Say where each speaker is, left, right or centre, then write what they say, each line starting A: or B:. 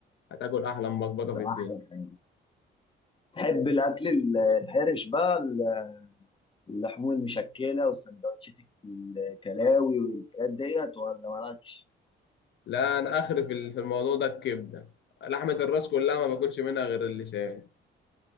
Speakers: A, on the left (about 65°); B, on the left (about 25°).
A: هتاكل أحلى مبكبكة
B: ده
A: في
B: أحلى
A: الدنيا
B: حاجة تحب الأكل ال- الحرش بقى ال- اللحوم المشكلة والسندوتشات الكلاوي والحاجات ديت ولا مالكش؟
A: لا أنا آخر في ال- في الموضوع ده الكبدة لحمة الراس كلها ما باكلش منها غير اللسان